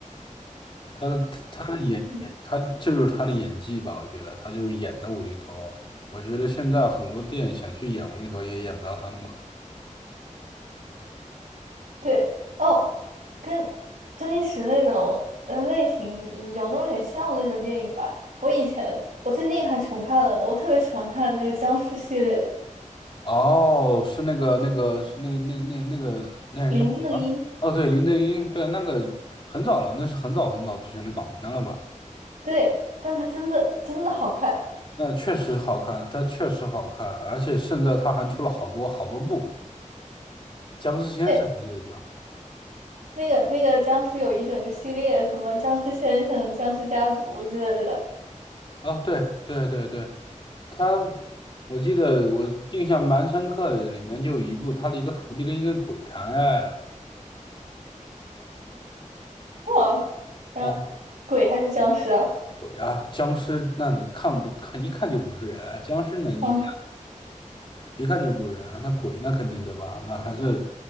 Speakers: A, on the left; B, on the right.
A: 他的他的演演他这就是他的演技吧，
B: 嗯
A: 我觉得他就是演的无厘头。我觉得现在很多电影想去演无厘头也演不到他那么好。
B: 对哦，跟周星驰那种呃类型有那么点像的那种电影吧。我以前我最近还重看了的，我特别喜欢看那个僵尸系列的
A: 哦，是那个那个是那个那个那个那个那人叫什么？
B: 《林正英》。
A: 哦，对，林正英，对，那个很早了，那是很早很早之前的港片了吧？
B: 对，但他真的真的好看。
A: 那确实好看，他确实好看，而且现在他还出了好多好多部，《僵尸先生》我记得叫。
B: 对，那个那个僵尸有一整个系列，什么僵尸先生、僵尸家族之类的。
A: 哦，对对对对，他，我记得我印象蛮深刻的，里面就有一部他的一个徒弟跟一个鬼谈恋爱了。
B: 哇，后
A: 啊、
B: 鬼还是僵尸啊？
A: 鬼啊，僵尸那你看都看一看就不是人，僵尸那一
B: 嗯
A: 一看就不是人，那鬼那肯定对吧？那还是